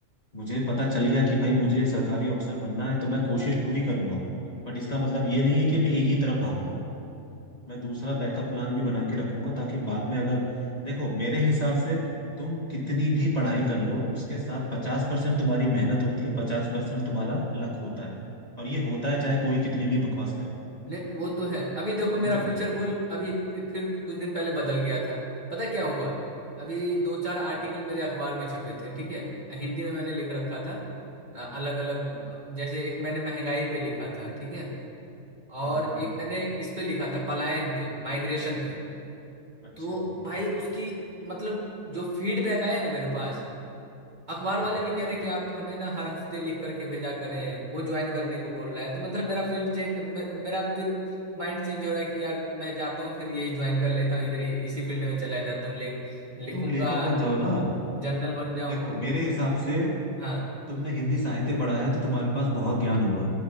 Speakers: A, on the left; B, on the right.
A: मुझे पता चल गया कि भाई मुझे सरकारी अफसर बनना है तो मैं कोशिश पूरी करूंगा बट इसका मतलब ये नहीं है कि मैं एक ही तरफ भागूंगा मैं दूसरा बैकअप प्लान भी बना के रखूंगा ताकि बाद में अगर देखो मेरे हिसाब से तुम कितनी भी पढ़ाई कर लो उसके साथ पचास परसेंट तुम्हारी मेहनत होती है पचास परसेंट तुम्हारा लक होता है और ये होता है चाहे कोई कितनी भी बकवास करे
B: नहीं वो तो है अभी देखो
A: समझ
B: मेरा
A: रहे
B: फ्यूचर
A: हो
B: गोल
A: हम्म।
B: अभी फिर कुछ दिन पहले बदल गया था पता क्या हुआ अभी दो चार आर्टिकल
A: क्या बात।
B: मेरे अखबार में छपे थे ठीक है हिंदी में मैंने लिख रखा
A: अच्छा।
B: था अलग अलग
A: हम्म
B: जैसे एक मैंने महंगाई पे लिखा था ठीक है और
A: हम्म हम्म,
B: एक मैंने इस पे लिखा था पलायन पे माइग्रेशन पे
A: अच्छा
B: तो
A: हम्म
B: भाई उसकी मतलब जो फीडबैक आया ना मेरे पास अखबार
A: हाँ
B: वाले भी कह रहे कि आप हमें ना हर हफ्ते लिख करके भेजा करें वो ज्वाइन करने को बोल रहा है तो मतलब मेरा फील्ड चेंज मे, मेरा फिर माइंड चेंज हो रहा है कि यार मैं जाता हूँ फिर यही ज्वाइन कर लेता हूँ इधर ही इसी फील्ड में चला जाता हूँ ले
A: तो
B: लिखूंगा
A: तुम लेखक बन जाओ ना
B: जर्नल बन जाऊं
A: देखो मेरे हिसाब से
B: हाँ
A: तुमने हिंदी साहित्य पढ़ा है तो तुम्हारे पास बहुत ज्ञान होगा